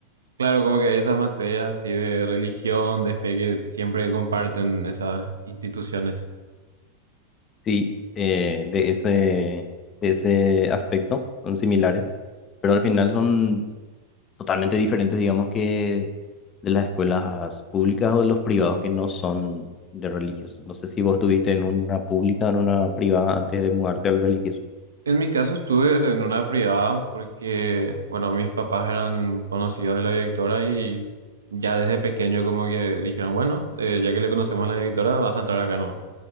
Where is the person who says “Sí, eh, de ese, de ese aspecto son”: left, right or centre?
Left